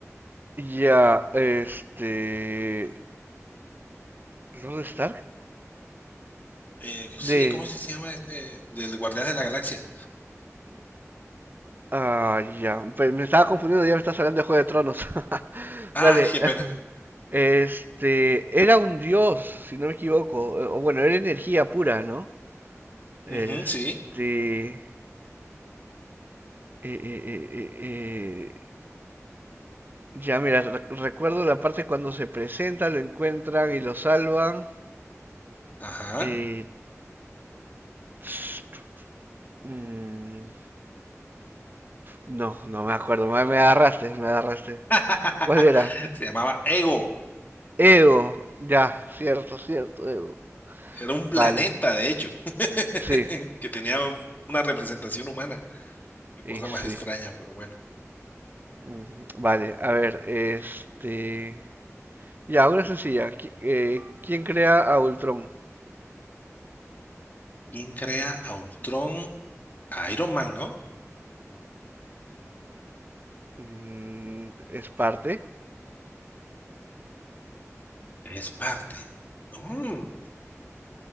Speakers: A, on the right; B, on the left.
A: Ya, este. ¿Lord Stark?
B: Eh,
A: De.
B: sí, ¿cómo es que se llama este? Del Guardián de la Galaxia.
A: Ah, ya. Pe- Me estaba confundiendo, ya me estás hablando de Juego de Tronos. <laughs>
B: Ah,
A: Dale.
B: qué
A: <laughs>
B: pena.
A: Este. Era un dios, si no me equivoco. eh, O bueno, era energía pura, ¿no?
B: Ujú,
A: Este.
B: sí.
A: eh, eh, eh, eh, eh, Ya, mira, re- recuerdo la parte cuando se presenta, lo encuentran y lo salvan.
B: Ajá.
A: Eh, tss, mm, no, no me acuerdo. Me, me agarraste, me agarraste.
B: <laughs>
A: ¿Cuál era?
B: Se llamaba Ego.
A: Ego. Ya, cierto, cierto, Ego.
B: Era un planeta,
A: Vale.
B: de hecho, <laughs>
A: Sí,
B: que tenía una representación humana. Qué cosa
A: y sí.
B: más extraña, pero bueno.
A: Mm, Vale, a ver, este... Ya, una sencilla. qui- eh, ¿Quién crea a Ultron?
B: ¿Quién crea a Ultron? A Iron Man, ¿no?
A: Mm, ¿Es parte?
B: Él Es parte. Mm,